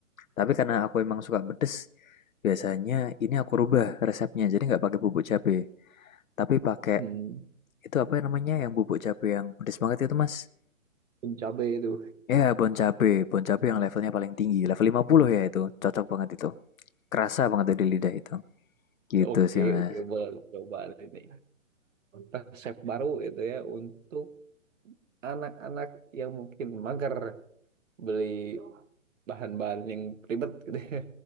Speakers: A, on the left (about 80°); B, on the right (about 65°).
A: Tapi karena aku emang suka pedes, biasanya ini aku rubah resepnya. Jadi nggak pakai bubuk cabe. Tapi pakai
B: Hmm.
A: itu apa namanya yang bubuk cabe yang pedes banget itu mas?
B: Pun cabai itu.
A: Ya, bon cabe, bon cabe yang levelnya paling tinggi, level 50 ya itu, cocok banget itu. Kerasa banget tuh di lidah itu. Gitu
B: Oke,
A: sih, Mas.
B: oke, boleh coba ini. Resep baru itu ya untuk anak-anak yang mungkin mager beli bahan-bahan yang ribet gitu ya.